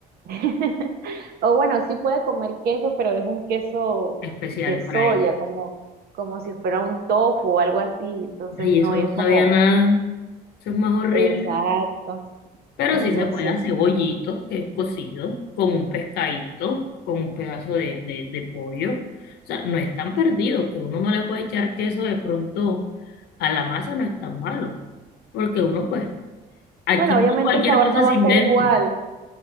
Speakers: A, on the right (about 65°); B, on the left (about 75°).
A: <laughs> O bueno, sí puede comer queso, pero es un queso
B: especial
A: de soya,
B: para ella.
A: como, como si fuera un tofu o algo así. Entonces
B: Y
A: no
B: eso
A: es
B: no sabía
A: como
B: nada, eso es más horrible.
A: exacto.
B: Pero
A: Entonces,
B: sí se puede hacer bollitos, que es cocido, con un pescadito, con un pedazo de, de, de pollo. O sea, no es tan perdido, que uno no le puede echar queso de pronto a la masa, no es tan malo. Porque uno, pues, aquí
A: bueno, obviamente
B: uno cualquier
A: el sabor
B: cosa
A: no va
B: se
A: a
B: inventa.
A: ser igual.